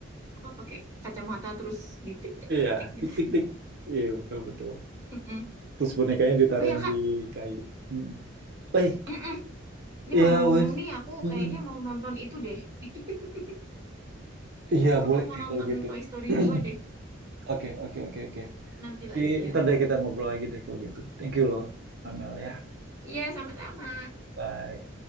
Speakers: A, on the right; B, on the right.
A: apa pakai kacamata terus ditik tik
B: Iya,
A: tik tik gitu.
B: tik tik tik. Iya, betul betul.
A: <laughs>
B: Terus bonekanya ditaruhin
A: Oh ya Kak,
B: di kayu. Mhm. Eh,
A: Mm-mm. Ini
B: iya
A: ngomong-ngomong
B: wes.
A: nih aku
B: Mhm.
A: kayaknya mau nonton itu deh. <laughs>
B: Iya,
A: Aku
B: boleh
A: mau
B: deh
A: nonton
B: kalau gitu.
A: Toy Story
B: <clears throat>
A: dua deh
B: Oke, oke, oke, oke.
A: nanti lagi
B: Di-
A: ya.
B: Ntar deh kita ngobrol lagi deh kalau gitu. Thank you loh, Amel ya.
A: Iya, sama-sama.
B: Bye.